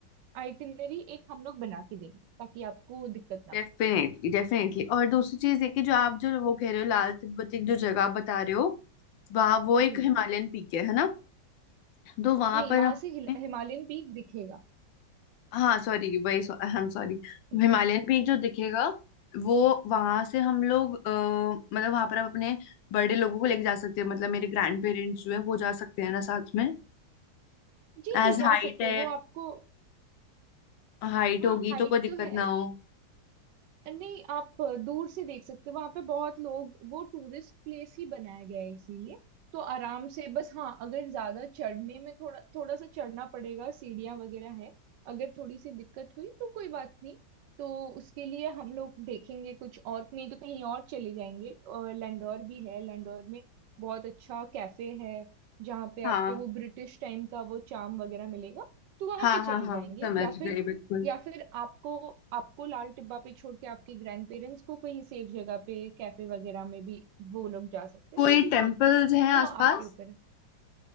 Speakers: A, on the right; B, on the left.
A: आइटिनरी एक हम लोग बना के देंगे ताकि आपको दिक्कत ना
B: Definitely definitely और दूसरी चीज ये कि जो आप जो वो कह रहे हो लाल तिब्बत एक जो जगह बता रहे हो वहाँ वो
A: हो
B: एक
A: जी
B: हिमालयन पीक है है ना तो वहां
A: नहीं
B: पर
A: वहां
B: हम
A: से हिल- हिमालयन पीक दिखेगा
B: हाँ सॉरी वही I am sorry
A: जी
B: Himalayan
A: जी
B: peak जो दिखेगा वो वहां से हम लोग अ, मतलब वहां पर आप अपने बड़े लोगों को लेके जा सकते हैं मतलब मेरे ग्रैंड पेरेंट्स जो है वो जा सकते हैं ना साथ में
A: जी
B: एज
A: जा
B: हाइट
A: सकते
B: है
A: हैं वो आपको
B: हाइट
A: हाँ
B: होगी
A: हाइट
B: तो कोई दिक्कत
A: तो है
B: ना हो
A: नहीं आप दूर से देख सकते हो वहां पे बहुत लोग वो टूरिस्ट प्लेस ही बनाया गया है इसीलिए तो आराम से बस हाँ अगर ज्यादा चढ़ने में थोड़ा थोड़ा सा चढ़ना पड़ेगा सीढ़ियाँ वगैरह है अगर थोड़ी सी दिक्कत हुई तो कोई बात नहीं तो उसके लिए हम लोग देखेंगे कुछ और नहीं तो कहीं और चले जाएंगे और लैंडोर भी है लैंडोर में बहुत अच्छा कैफे है जहाँ पे
B: हाँ
A: आपको वो ब्रिटिश टाइम का वो चार्म वगैरह मिलेगा तो वहां
B: हाँ
A: पे चले
B: हाँ हाँ
A: जाएंगे
B: समझ
A: या फिर
B: गई बिल्कुल
A: या फिर आपको आपको लाल टिब्बा पे छोड़ के आपके ग्रैंड पेरेंट्स को कहीं सेफ जगह पे कैफे वगैरह में भी वो लोग जा सकते
B: कोई
A: हैं वो भी
B: टेम्पल्स
A: ठीक है
B: हैं
A: वो
B: आसपास
A: आपके ऊपर है